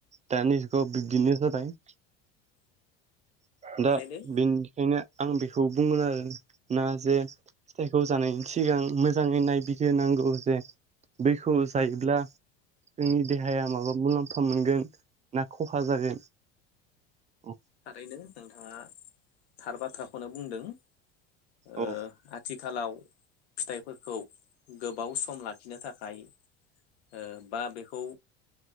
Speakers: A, on the right (about 25°); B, on the left (about 85°).
A: दानि जुगाव बिब्दिनो जाबाय <inaudible> दा
B: थारैनो
A: बेनिखायनो आं बेखौ बुंगोन आरोना जे फिथाइखौ जानायनि सिगां मोजाङै नायबिग्रोनांगौ जे बैखौ जायोब्ला जोंनि देहाया माबा मुलाम्फा मोनगोन ना खहा जागोन औ
B: थारैनो नोंथाङा थार बाथ्राखौनो बुंदों ओ
A: औ
B: आथि खालाव फिथाइफोरखौ गोबाव सम लाखिनो थाखाय ओ बा बेखौ